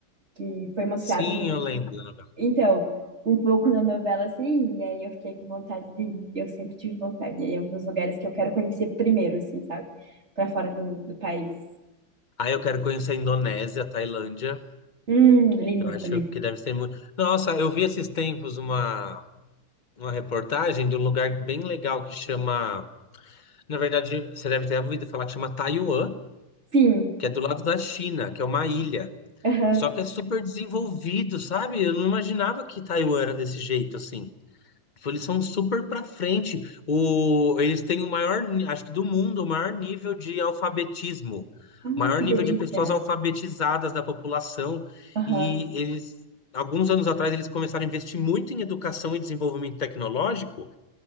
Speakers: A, on the right; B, on the left.
A: que foi mostrado
B: Sim,
A: um.
B: eu lembro da novela.
A: Então, um pouco da novela, assim, e aí eu fiquei com vontade de ir. Eu sempre tive vontade. E aí é um dos lugares que eu quero conhecer primeiro, assim, sabe? Pra fora do, do país.
B: Ah, eu quero conhecer a Indonésia, a Tailândia.
A: Hum, lindos
B: Eu acho
A: também.
B: que deve ser muito. Nossa, eu vi esses tempos uma, uma reportagem de um lugar bem legal que chama. Na verdade, você deve ter ouvido falar que chama Taiwan,
A: Sim,
B: que é do lado da China, que é uma ilha.
A: aham.
B: Só que é super desenvolvido, sabe? Eu não imaginava que Taiwan era desse jeito, assim. Tipo, Eles são super pra frente. O... Eles têm o maior, ni- acho que do mundo, o maior nível de alfabetismo,
A: Ai,
B: o maior
A: que
B: nível
A: delícia.
B: de pessoas alfabetizadas da população.
A: Aham.
B: E eles, alguns anos atrás, eles começaram a investir muito em educação e desenvolvimento tecnológico.